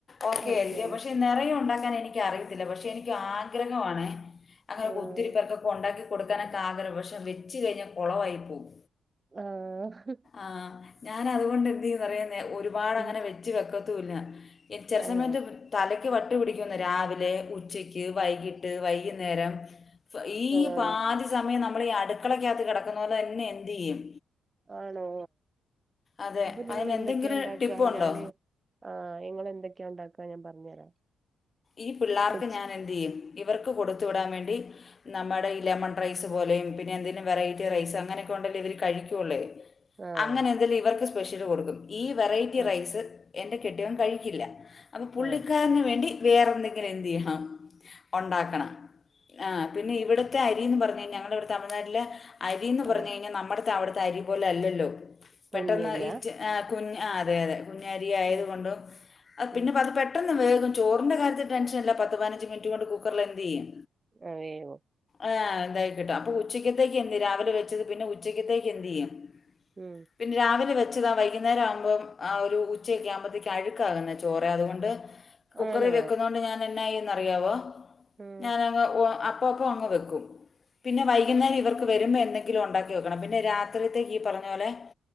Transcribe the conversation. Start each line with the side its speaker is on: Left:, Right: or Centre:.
Left: ഓക്കെ
Right: ഓക്കെയാണ്
Left: ആയിരിക്കും പക്ഷെ നിറയ ഉണ്ടാക്കാൻ എനിക്ക് അറിയത്തില്ല പക്ഷെ എനിക്ക് ആഗ്രഹമാണ് അങ്ങനെ
Right: ആഹ്
Left: പോ ഒത്തിരി പേർക്കൊക്കെ ഉണ്ടാക്കി കൊടുക്കാനൊക്കെ ആഗ്രഹ പക്ഷെ വെച്ച് കഴിഞ്ഞാൽ കുളവായി പോവും.
Right: ആഹ്
Left: ആഹ് ഞാൻ അതുകൊണ്ട് എന്ത് ചിയേന്നേ ഒരുപാട്
Right: ഉം
Left: അങ്ങനെ വെച്ച് വെക്കതുല്ല എച്ചെ
Right: ആഹ്
Left: സെമാന്റെബ്ൾ തലയ്ക്ക് വട്ട് പിടിക്കുന്നെ രാവിലെ ഉച്ചയ്ക്ക് വൈകിട്ട് വൈകുന്നേരം ഈ
Right: ആഹ്
Left: പാതി സമയം നമ്മൾ ഈ അടുക്കളക്കകത്ത് കിടക്കുന്ന പോലെ തന്നെ എന്ത് ചെയ്യും.
Right: ആണോ
Left: അതെ
Right: അപ്പൊ നിങ്ങൾ
Left: അതിനെന്തെങ്കിലും
Right: എന്തൊക്കെയാ ഉണ്ടാക്കാ
Left: ടിപ്പുണ്ടോ
Right: ഞാന് ആഹ് നിങ്ങൾ എന്തൊക്കെയാ ഉണ്ടാക്കാ ഞാൻ പറഞ്ഞു തരാം.
Left: ഈ പിള്ളേർക്ക്
Right: കൊച്ച്
Left: ഞാൻ എന്ത് ചെയ്യും ഇവർക്ക് കൊടുത്തു വിടാൻ വേണ്ടി നമ്മുടെ ഈ ലെമൺ റൈസ് പോലെയും പിന്നെ എന്തേലും വെറൈറ്റി
Right: ആഹ്
Left: റൈസ് അങ്ങനെയൊക്കെ ഉണ്ടേലെ ഇവർ കഴിക്കുവുളെ
Right: ആഹ്
Left: അങ്ങനെ എന്തെങ്കലും ഇവർക്ക് സ്പെഷ്യല് കൊടുക്കും ഈ വെറൈറ്റി
Right: ആഹ്
Left: റൈസ് എന്റെ കെട്ടിയവൻ കഴിക്കില്ല അപ്പ പുള്ളിക്കാരന്
Right: ആഹ്
Left: വേണ്ടി വേറെ എന്തെങ്കിലും എന്ത്യ്യണം ഉണ്ടാക്കണം ആഹ് പിന്നെ ഇവിടുത്തെ അരിന്ന് പറഞ്ഞ് കഴിഞ്ഞാ ഞങ്ങളുടെ ഇവിടെ തമിഴ്നാട്ടിലെ അരിന്ന് പറഞ്ഞു
Right: ആഹ്
Left: കഴിഞ്ഞാൽ നമ്മുടെത്തെ അവിടുത്തെ അരി പോലെ അല്ലല്ലോ പെട്ടെന്ന്
Right: പൊന്നിയരിയാ
Left: ഈ ച ആഹ് കുഞ് അതെ അതെ കുഞ്ഞരി ആയത്
Right: ഉം
Left: കൊണ്ടും പിന്നെ
Right: ഉം
Left: അത് പെട്ടെന്ന് വേവും ചോറ് അവന്റെ കാര്യത്തി ടെൻഷൻയില്ല പത്ത് പതിനഞ്ച് മിനിറ്റ് കൊണ്ട് കുക്കറില് എന്ത് ചെയ്യും.
Right: ആ വേവോ
Left: ആഹ് ഇതായി കിട്ടും അപ്പൊ ഉച്ചക്കത്തേക്ക് എന്തിയെ രാവിലെ വെച്ചത് പിന്നെ ഉച്ചക്കത്തേക്ക് എന്ത് ചെയ്യും.
Right: ഉം
Left: പിന്നെ രാവിലെ വെച്ചതാ വൈകുന്നേരം ആവുമ്പോം ആ ഒരു ഉച്ചയക്കെ ആകുമ്പോഴത്തേക്ക് അഴുകാന്നെ ചോറ് അതുകൊണ്ട് - കുക്കറി
Right: ആണോ
Left: വെക്കുന്നൊണ്ട് ഞാൻ എന്നാ ചെയ്യുവോന്നറിയാമോ
Right: ഉം
Left: ഞാനങ്ങ് അപ്പ അപ്പ അങ്ങ് വെക്കും. പിന്നെ വൈകുന്നേരം ഇവർക്ക് വരുമ്പം എന്തെങ്കിലും ഒണ്ടാകി വെക്കണം പിന്നെ രാത്രിത്തെക്ക് ഈ പറഞ്ഞ പോലെ-